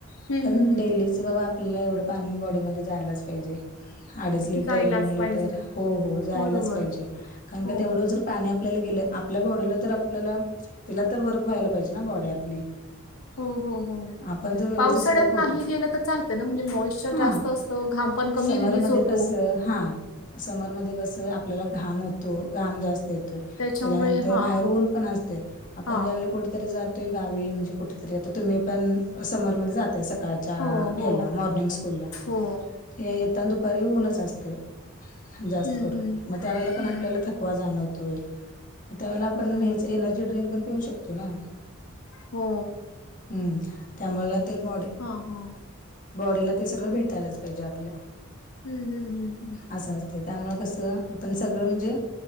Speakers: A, on the left (about 75°); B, on the left (about 40°).
A: हं,
B: पण
A: हं, हं.
B: डेलीच बाबा आपल्याला एवढं पाणी बॉडीमध्ये जायलाच पाहिजे. अडीच लिटर,
A: जायलाच
B: दोन लिटर
A: पाहिजे.
B: हो हो जायलाच
A: बरोबर.
B: पाहिजे. कारण
A: हो.
B: का तेवढं जर पाणी आपल्याला गेलं. आपल्या बॉडीला तर आपल्याला तिला तर वर्क व्हायला पाहिजे ना. बॉडी आपली.
A: हो हो हो.
B: आपण जर व्यवस्थित
A: पावसाळ्यात
B: सगळं प्रोटीन
A: नाही गेलं त चाल त ना. म्हणजे मॉइशचर
B: हां.
A: जास्त असत. घाम पण कमी
B: समरमध्ये
A: रिलीज होतो.
B: कसं हां. समरमध्ये कसं आपल्याला घाम होतो. घाम जास्त येत य.
A: त्याच्यामुळे
B: त्याच्यानंतर
A: हा
B: बाहेर ऊन पण असतय. आपण
A: हा
B: ज्या वळेला कुठ री जातोय गावी. म्हणजे कुठेतरी आता तुम्ही पण समरमध्ये जातय. सकाळच्या
A: हो हो
B: हेला मॉर्निंग स्कूल ला.
A: हो
B: येताना दुपारी ऊनच असतय. जास्त
A: हम्म
B: करून.
A: हम्म
B: मग त्यावेळेला पण आपल्याला
A: हम्म
B: थकवा जाणवतोय. त्यावेळेला आपण
A: बरोबर
B: हेच एनर्जी ड्रिंक पण पिऊ शकतोय ना.
A: हो
B: हम्म, त्यामुला ते बॉडी
A: हां, हां
B: बॉडीला ते सगळं भेटायलाच पाहिजे आपल्या
A: ह, ह, ह, ह
B: असं असते त्यामुळे कसं आपण सगळं म्हणजे